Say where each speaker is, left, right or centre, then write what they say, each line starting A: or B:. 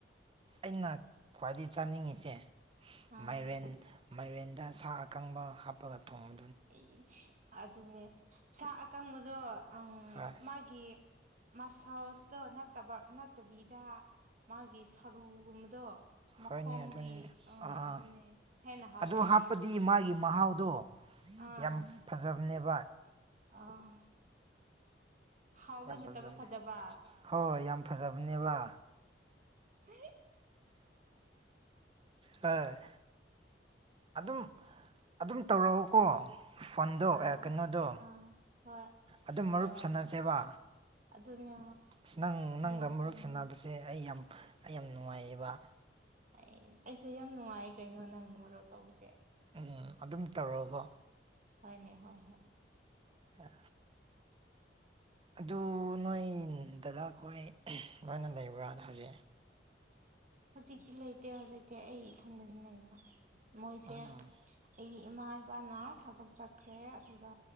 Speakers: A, on the right; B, on the right.
A: ꯑꯩꯅ ꯈ꯭ꯋꯥꯏꯗꯗꯒꯤ ꯆꯥꯅꯤꯡꯉꯤꯁꯦ
B: ꯑꯥ
A: ꯃꯥꯏꯔꯦꯟ ꯃꯥꯏꯔꯦꯟꯗ ꯁꯥ ꯑꯀꯪꯕ ꯍꯥꯞꯄꯒ ꯊꯣꯡꯉ
B: ꯑꯩ ꯑꯗꯨꯅꯦ ꯁꯥ ꯑꯀꯪꯕꯗꯣ ꯎꯝ
A: ꯍꯣꯏ
B: ꯃꯥꯒꯤ ꯒꯤ ꯃꯁꯜꯁꯇꯣ ꯅꯠꯇꯕ ꯅꯠꯇꯕꯤꯗ ꯃꯥꯒꯤ ꯁꯔꯨꯒꯨꯝꯕꯗꯣ ꯃꯈꯣꯡꯒꯤ
A: ꯍꯣꯏꯅꯦ ꯑꯗꯨꯅꯤꯅꯦ ꯑꯥ
B: ꯑꯗꯨꯅꯦ
A: ꯑꯥ
B: ꯍꯦꯟꯅ ꯍꯥꯎꯋꯦ
A: ꯑꯗꯨꯣ
B: ꯑꯗꯨꯅ
A: ꯍꯥꯞꯄꯗꯤ ꯃꯥꯒꯤ ꯃꯍꯥꯎꯗꯣ
B: ꯑꯥ
A: ꯌꯥꯝ ꯐꯖꯕꯅꯦꯕ
B: ꯑꯥ ꯍꯥꯎꯕ
A: ꯌꯥꯝ
B: ꯅꯠꯇꯕ
A: ꯐꯖꯕꯅꯦ
B: ꯐꯖꯕ
A: ꯍꯣꯏ ꯌꯥꯝ ꯐꯖꯕꯅꯦꯕ
B: ꯀ
A: ꯍꯣꯏ ꯑꯗꯨꯝ ꯑꯗꯨꯝ ꯇꯧꯔꯛꯑꯣꯀꯣ ꯐꯣꯟꯗꯣ
B: ꯑꯥ
A: ꯀꯩꯅꯣꯗꯣ
B: ꯑꯥ ꯍꯣꯏ
A: ꯑꯗꯨꯝ ꯃꯔꯨꯞ
B: ꯇꯧꯔꯛꯀꯅꯤ
A: ꯁꯥꯟꯅꯁꯦꯕ
B: ꯑꯗꯨꯅꯦ
A: ꯑ ꯅꯪ ꯅꯪꯒ
B: ꯌꯥꯏ
A: ꯃꯔꯨꯞ
B: ꯀꯩꯅꯣ
A: ꯁꯥꯟꯅꯕꯁꯦ ꯑꯩ ꯌꯥꯝ ꯑꯩ ꯌꯥꯝ ꯅꯨꯡꯉꯥꯏꯌꯦꯕ
B: ꯑꯦ ꯑꯩꯁꯦ ꯌꯥꯝ ꯅꯨꯡꯉꯥꯏꯌꯦ ꯀꯩꯅꯣ ꯅꯪ ꯃꯔꯣꯔꯣꯛ ꯇꯧꯕꯁꯦ
A: ꯎꯝ ꯑꯗꯨꯝ ꯇꯧꯔꯒ
B: ꯍꯅꯦ ꯍꯣꯏ ꯍ
A: ꯑ ꯑꯗꯨ ꯅꯣꯏ ꯗꯗ ꯑꯩꯈꯣꯏ ꯅꯣꯏꯅ ꯂꯩꯕ꯭ꯔꯥꯅ ꯍꯥꯏ
B: ꯍꯧꯖꯤꯛꯇꯤ ꯂꯩꯇꯦ ꯍꯧꯖꯤꯛꯇꯤ ꯑꯩ ꯏꯊꯟꯗꯅ ꯂꯩꯕ ꯃꯣꯏꯁꯦ
A: ꯎꯝ
B: ꯑꯩꯒꯤ ꯏꯃꯥ ꯏꯄꯥꯅ ꯊꯕꯛ ꯆꯠꯈ꯭ꯔꯦ ꯑꯗꯨꯒ